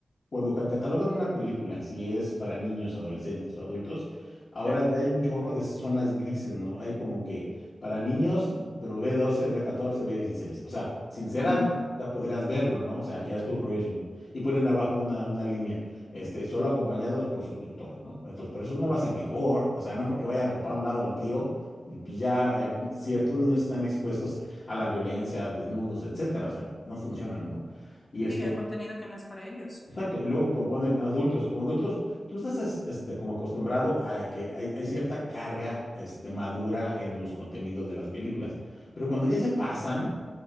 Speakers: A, on the left (about 50°); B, on the left (about 25°).
A: cuando ca- catalogan una película, si es para niños, adolescentes o adultos, ahora
B: da.
A: ya hay un chorro de zonas grises, ¿no? Hay como que para niños, pero b doce o B14, o B16. O sea, sin ser
B: Ujú.
A: adulto, ya podrás verlo, ¿no? O sea, ya es tu rollo, si no. Y ponen abajo una, una línea, este, solo acompañados por su tutor, ¿no? Entonces, por eso no lo hace mejor, o sea, no porque vaya el papá a un lado al tío, pues ya eh, ciertos niños están expuestos a la violencia, a desnudos, etcétera. O sea, no funciona, ¿no? Y este,
B: Sí, el contenido que no es para ellos.
A: Exacto, y luego po- ponen adultos. Como adultos, tú estás es- este, como acostumbrado a que hay, hay cierta carga este, madura en los contenidos de las películas, pero cuando ya se pasan,